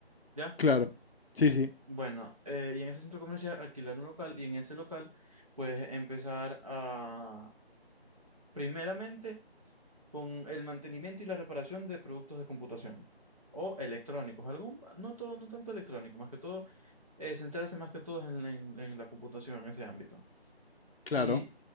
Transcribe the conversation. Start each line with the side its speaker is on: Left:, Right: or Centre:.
Right: ¿ya?
Left: claro. Sí, sí,
Right: Bueno, eh, y en ese centro comercial alquilar un local y en ese local pues empezar a, primeramente con el mantenimiento y la reparación de productos de computación o electrónicos, algún, no todo, no tanto electrónico, más que todo eh, centrarse más que todo en, en- en la computación en ese ámbito.
Left: claro.
Right: Y,